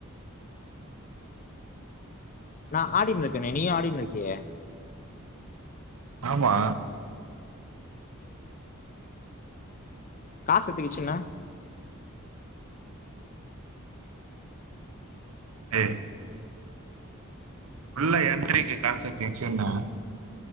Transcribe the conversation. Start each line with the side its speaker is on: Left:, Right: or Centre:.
Left: நா ஆடின்னு இருக்கேனே நீயு ஆடினு இருக்கியே
Right: ஆமா
Left: காசு எத்துக்கிச்சுன
Right: ஹே உள்ள என்ட்ரிக்கு காசு எத்துக்குச்சின